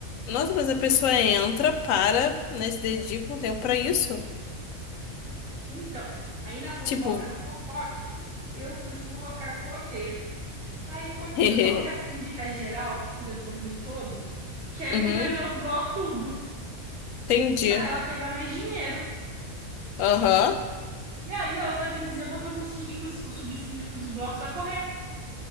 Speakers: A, on the left; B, on the right.
A: Nossa, mas a pessoa entra, para, né, se dedica um tempo pra isso.
B: Então, aí na fofoca,
A: Tipo,
B: na fofoca, eu fui fofocar com o porteiro. Aí o porteiro
A: <laughs>
B: falou
A: hehe.
B: que a síndica geral, que cuida do condomínio todo, quer
A: Uhum,
B: governar os blocos tudo,
A: entendi.
B: pra ela pegar mais dinheiro.
A: Aham.
B: E aí ela também dizia botando os síndicos, os subsíndicos dos blocos a correr,